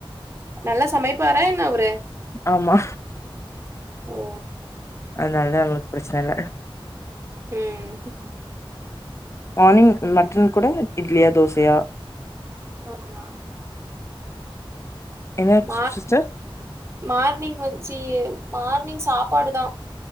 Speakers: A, on the right; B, on the left.
A: நல்லா சமைப்பாரா என்ன அவரு
B: ஆமா
A: ஓ
B: அதனாலதா அவுங்களுக்கு பிரெச்சன இல்ல
A: ம்
B: மார்னிங் மட்டன் கூட இட்லியா தோசையா
A: ஆ ஹம்
B: என்னாச்சு
A: மார்
B: சிஸ்டர்
A: மார்னிங் வச்சி மார்னிங் சாப்பாடு தா